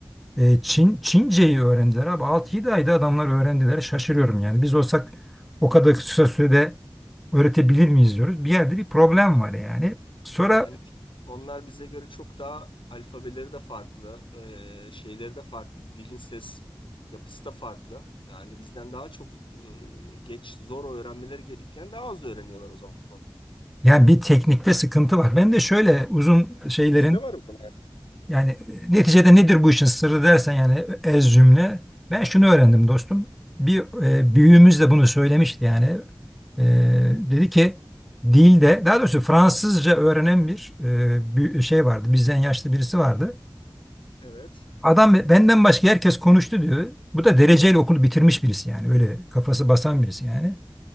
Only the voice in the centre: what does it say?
e, Çin, Çince'yi öğrendiler abi. 6 yedi ayda adamlar öğrendiler. Şaşırıyorum yani. Biz olsak o kadar kısa sürede öğretebilir miyiz diyoruz. Bir yerde bir problem var yani. Sonra
yani bir teknikte sıkıntı var. Ben de şöyle uzun şeylerin
Yani e, neticede nedir bu işin sırrı dersen yani ez cümle. Ben şunu öğrendim dostum. Bir e, büyüğümüz de bunu söylemişti yani. E, dedi ki dilde daha doğrusu Fransızca öğrenen bir e, bir şey vardı. Bizden yaşlı birisi vardı.
Adam benden başka herkes konuştu diyor. Bu da dereceyle okulu bitirmiş birisi yani. Öyle kafası basan birisi yani.